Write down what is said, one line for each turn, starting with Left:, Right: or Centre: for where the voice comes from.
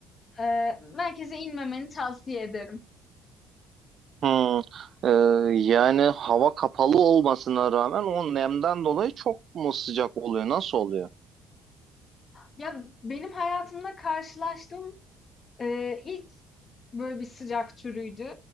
Left: Eee, merkeze inmemeni tavsiye ederim.
Right: hı. E, yani hava kapalı olmasına rağmen o nemden dolayı çok mu sıcak oluyor? Nasıl oluyor?
Left: Ya benim hayatımda karşılaştığım eee, ilk Böyle bir sıcak türüydü.